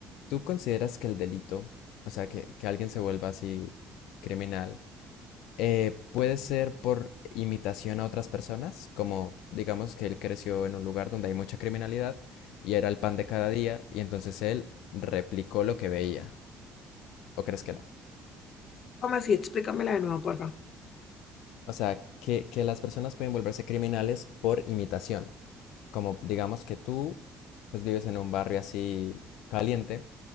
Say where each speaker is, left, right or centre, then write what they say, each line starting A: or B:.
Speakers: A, on the left; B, on the left.
A: ¿tú consideras que el delito, o sea, que, que alguien se vuelva así criminal, eh, puede ser por imitación a otras personas? Como, digamos, que él creció en un lugar donde hay mucha criminalidad y era el pan de cada día, y entonces él replicó lo que veía. ¿O crees que no?
B: ¿Cómo así? Explícamela de nuevo, por
A: O sea, que, que las personas pueden volverse criminales por imitación. Como, digamos, que tú, pues, vives en un barrio así caliente.